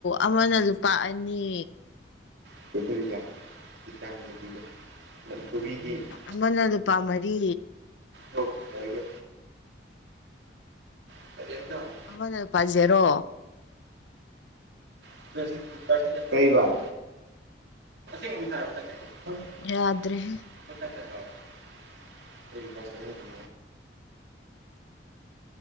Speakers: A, on the left; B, on the right.
A: ꯑꯃꯅ ꯂꯨꯄꯥ ꯑꯅꯤ
B: <unintelligible>
A: ꯑꯃꯅ ꯂꯨꯄꯥ ꯃꯔꯤ
B: ꯑꯣꯀꯦ ꯊꯕꯤꯌꯣ <unintelligible>
A: ꯑꯃꯅ ꯄꯥ ꯖꯦꯔꯣ
B: <unintelligible> ꯀꯩꯕ <unintelligible>
A: ꯌꯥꯗ꯭ꯔꯦꯍꯦ
B: <inaudible>